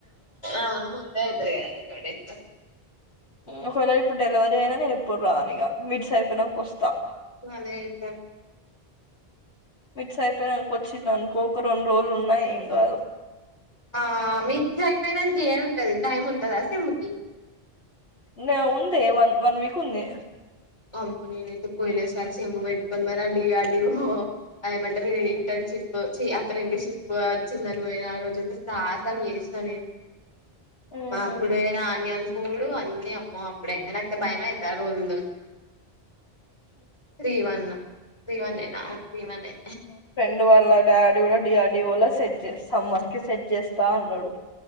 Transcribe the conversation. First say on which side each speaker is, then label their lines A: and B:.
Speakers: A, on the left; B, on the left.
A: అవును ముందే <unintelligible>
B: ఒకవేళ ఇప్పుడు డెలివరీ అయినా నేను ఎప్పుడు రానిగ మిడ్స్ అయిపోయినాక ఒస్తా
A: అదే ఐతే
B: మిడ్స్ అయిపోయినాంక వచ్చిందనుకో ఒక రెండు రోజులున్నా ఏం కాదు
A: ఆ మిడ్స్ ఐపోయినంక ఏం ఉంటది టైమ్ ఉంటందా సిమ్ము కి
B: నే ఉందే వన్ వన్ వీక్ ఉంది
A: అమ్మో నేనైతే పోయిన సారి పెట్టుకొని <unintelligible> మరీ ఆ డి ఆర్ డి వో ఆ ఏమంటారు ఏంటన్ షిప్ ఛీ అప్రెంటీషిప్ అచ్చిందని పోయినా ఆ రోజు అయితే సాహసం చేసినా నేను
B: ఉమ్
A: మా అప్పుడే నాని అనుకొనుడు అన్నీ అమ్మో అప్పుడయినా నాకైతే భయమైతాయి ఆ రోజుల్లో త్రీ వన్ త్రీ వన్ ఏ నా త్రీ వన్ యే
B: డు వాళ్ళ డాడీ కూడా డి ఆర్ డి ఓ లో సెట్ చేస్తా సమ్మన్ కి సెట్ చేస్తా అన్నాడు